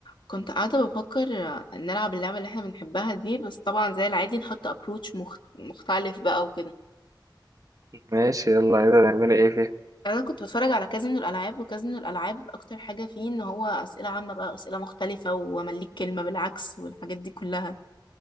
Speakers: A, on the left; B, on the right.
A: كنت قاعدة بفكر نلعب اللعبة اللي احنا بنحبها دي بس طبعا زي العادي نحط ابروتش مخ... مختلف بقى وكده
B: ماشي يلا عايزة تعملي ايه فيها
A: انا كنت بتفرج على كازينو الالعاب وكازينو الالعاب اكتر حاجة فيه ان هو اسئلة عامة بقى اسئلة مختلفة وامليك كلمة بالعكس والحاجات دي كلها